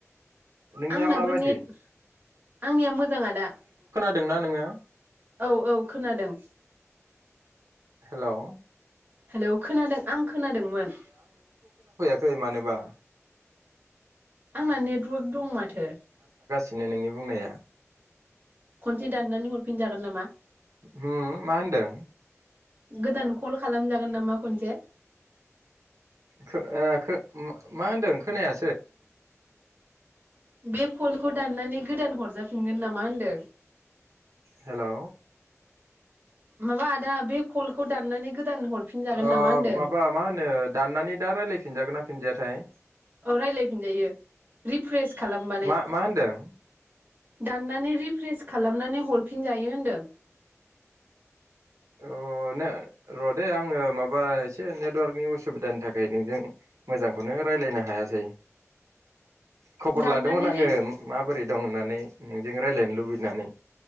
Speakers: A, on the right; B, on the right.
A: नोंनिया
B: आंनियाबो
A: माबादि
B: नेट आंनिया मोजां आदा।
A: दों ना नोङो?
B: औ औ खोनादों।
A: हेलौ
B: हेलौ खोनादों आं खोनादोंमोन।
A: खै मानोबा
B: आंना नेटवार्क दं माथो।
A: नो नोंनि बुंनाया।
B: खनसे दाननानै हरफिनजागोन नामा?
A: होम मा होनदों?
B: गोदान कल खालामजागोन नामा खनसे?
A: खो ओ खो मा होनदों खोनाया
B: बे खलखौ दाननानै गोदान हरजाब फिनगोन नामा होनदों।
A: हेलौ
B: माबा आदा बे खलखौ दाननानै गोदान हरफिनजागोन
A: ओ
B: नामा होनदों
A: माबा मा होनो दाननानै दा रायलायफि फिनजागोन ना फिनजायाथाय?
B: औ रायलायफिनजायो रिफ्रेस खालामबानाय
A: मा मा होनदों
B: दाननानै रिफ्रेस खालामनानै हरफिनजायो होनदों।
A: अ ने र' दे आङो माबा एसे नेटवार्कनि उसुबिदानि थाखाय नोंजों मोजांखौनो रायलायनो हायासै। खबर
B: दाननानै
A: लादोंमोन आङो
B: रि
A: माबोरै? दं होननानै नोंजों रायलायनो लुबैनानै।